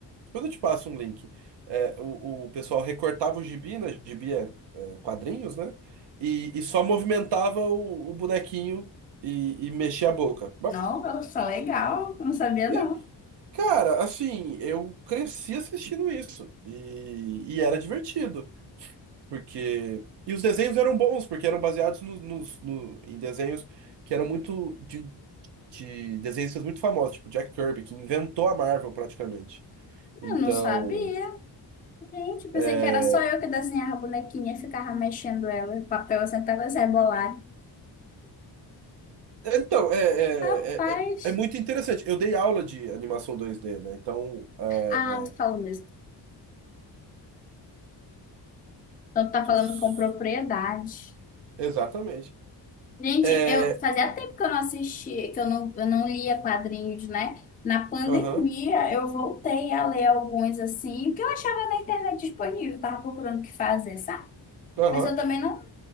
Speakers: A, on the right; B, on the left.
A: Depois eu te passo um link. É, o, o pessoal recortava o gibi, né? Gibi é, é, quadrinhos, né? E, e só movimentava o, o bonequinho e, e mexia a boca.
B: Não, eu sou legal. Eu Não sabia,
A: E,
B: não.
A: cara, assim, eu cresci assistindo isso. E, e era divertido. Porque. E os desenhos eram bons, porque eram baseados no, nos- no- em desenhos que eram muito. de, de desenhistas muito famosos, tipo Jack Kirby, que inventou a Marvel praticamente. Então,
B: Eu não sabia. Gente, eu pensei
A: é,
B: que era só eu que desenhava a bonequinha, e ficava mexendo ela, o papel assim, até elas rebolarem.
A: então é, é,
B: Rapaz.
A: é, é- é muito interessante. Eu dei aula de animação 2D, né? Então, é,
B: Ah, tu
A: é,
B: falou mesmo. Então tu tá
A: deixa
B: falando
A: eu s-
B: com propriedade.
A: exatamente.
B: Gente,
A: É,
B: eu fazia tempo que eu não assistia, que eu não, eu não lia quadrinhos, né? Na pandemia
A: aham,
B: eu voltei a ler alguns assim, que eu achava na internet disponível, tava procurando o que fazer, sabe?
A: aham.
B: Mas eu também não